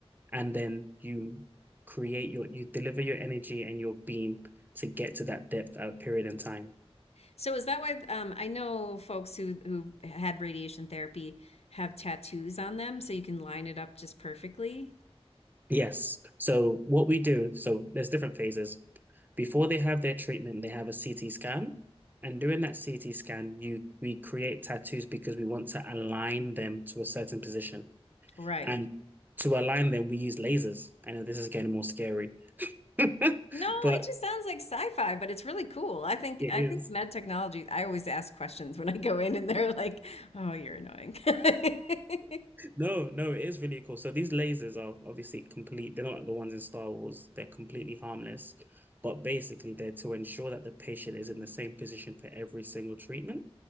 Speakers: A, on the right; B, on the left.
A: and then you create your you deliver your energy and your beam to get to that depth at a period in time.
B: So is that why um I know folks who who had radiation therapy have tattoos on them so you can line it up just perfectly?
A: Yes. So what we do, so there's different phases. Before they have their treatment, they have a CT scan. And during that CT scan, you we create tattoos because we want to align them to a certain position.
B: Right.
A: And to align them, we use lasers. I know this is getting more scary, <laughs>
B: No,
A: but
B: it just sounds like sci-fi, but it's really cool. I think
A: it
B: I
A: is.
B: think med technology, I always ask questions when I go in and they're like, "Oh, you're annoying." <laughs>
A: No, no, it is really cool. So these lasers are obviously complete. They're not like the ones in Star Wars. They're completely harmless, but basically they're to ensure that the patient is in the same position for every single treatment